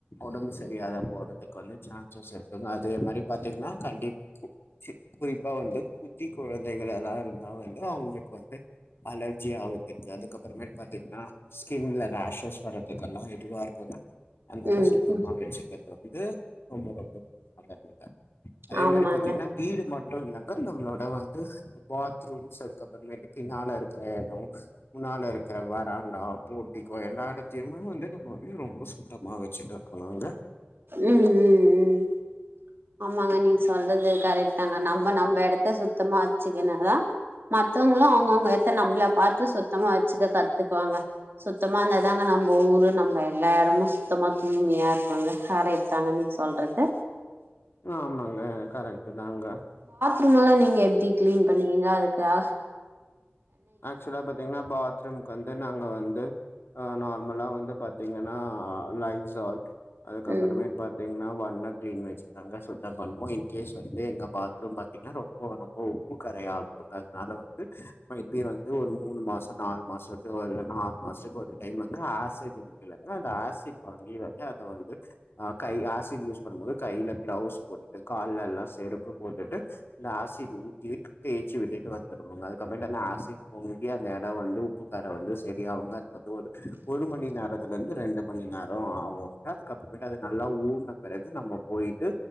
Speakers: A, on the left; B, on the right.
A: ஒடம்பு சரியாகாம போறதுக்கு வந்து சான்சஸ் இருக்குங்க அதே மாரி பாத்தீங்கன்னா கண்டிப் கு கெ குறிப்பா வந்து குட்டி கொழந்தைகள் எல்லா இருந்தா வந்து அவங்களுக்கு வந்து அலர்ஜி ஆகுறதுக்கு அதுக்கப்புறமேட் பாத்தீங்கன்னா ஸ்கின்ல ராஷஸ் வரறதுக்கெல்லா இதுவா இருக்குன்னா அதனால
B: ம்
A: சுத்தம்மா
B: ம்
A: வச்சிக்கர்து இது ரொம்ப ரொம்ப நல்லா இருக்குங்க அதே
B: ஆமாங்க
A: மாரி பாத்தீங்கன்னா வீடு ம அப்றோ என்னங்க நம்மளோட வந்து பாத்ரூம்ஸ் அதுக்குப்புறமேட்டு பின்னால இருக்கிற எடோ முன்னால இருக்கிற வராண்டா போர்டிகோ எல்லா எடத்தையுமே வந்து நம்ம வந்து ரொம்ப சுத்தமா வச்சுட்டு இருக்கனுங்க
B: ம் ம் ம் ஆமாங்க நீங்க சொல்றது கரெக்ட் நாங்க நம்ப நம்ப எடத் த சுத்தமா வச்சிக்கினாதான் மத்தவங்களும் அவுங்கவுங்க எத்த நம்மள பாத்து சுத்தமா வச்சிக்க கத்துக்குவாங்க சுத்தமா இருந்தாதாங்க நம்ப ஊரு நம்ப எல்லா எடமும் சுத்தமா தூய்மையா இருக்கோங்க கரெட் தாங்க நீங்க சொல்றது
A: ஆ ஆமாங்க கரெட்டு தாங்க
B: ரூம் எல்லாம் நீங்க எப்டி கிளீன் பண்ணுவீங்க அதுக்கு ஆ
A: ஆக்சுவலா பத்தீங்கன்னா பாத்ரூம்கு வந்து நாங் க வந்து ஆ நார்மலா வந்து பாத்தீங்கன்னா லைசால் அதுக்கப்பறமேட்
B: ம்
A: பாத்தீங்கன்னா வன் இன்னொரு கிளின் வச்சிகோங்க சுத்தம் பண்ணுவோம் இ்ன்கேஸ் வந்து எங்க பாத்ரூம் பாத்தீங்கன்னா ரொம்ப ரொம்ப உப்பு கரையா இருக்கும் அதனால வந்து னா இப்பயு வந்து ஒரு மூணு மாசம் நாலு மாசத்துக்கு ஒரு ஆறு மாசத்துக்கு ஒரு டைம் வந்து ஆசிட் இருக்குல்ல ஆனா அந்த ஆசிட் வாங்கி வப் க அத வந்து ஆ கை ஆசிட் யூஸ் பண்ணும்போது கையில கிளவுஸ் போட்டுட்டு கால்ல எல்லாம் செருப்பு போட்டுட்டு இந்த ஆசிட் ஊத்தி தேய்ச்சி விட்டுட்டு வந்துருவங்க அதுக்கப் றமேட்டு அந்த ஆசிட் பொங்கி அந்த எடம் வந்து உப்புக்கர வந்து சரியாவுங்க அதுக்கப்றோ ஒரு ஒரு மணி நேரத்துல இருந்து ரெண்டு மணி நேரம் ஆவுங்க அதுக்கப்பறமேட்டு அது நல்லா ஊறுன பெறகு நம்ம போயிட்டு